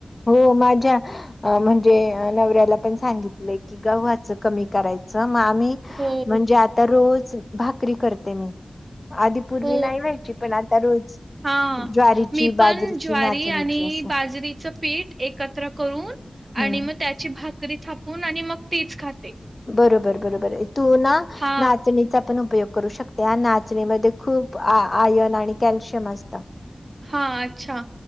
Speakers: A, on the left; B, on the right.
A: हो माझ्या म्हणजे नवऱ्याला पण सांगितलंय की गव्हाच कमी करायचं आम्ही
B: हो.
A: म्हणजे आता रोज भाकरी करते मी आधी पूर्वी
B: हो
A: नाही व्हायची पण आता रोज
B: हा
A: ज्वारीची
B: मी पण
A: बाजरीची
B: ज्वारी
A: नाचणीची
B: आणि
A: असं
B: बाजरी पीठ एकत्र करून
A: हम्म
B: आणि मग त्याची भाकरी थापून आणि मग तीच खात
A: बरोबर बरोबर तू ना
B: हा
A: नाचणीचा पण उपयोग करू शकते नाचणीमध्ये खूप आयर्न आणि कॅल्शियम असतं
B: हा अच्छा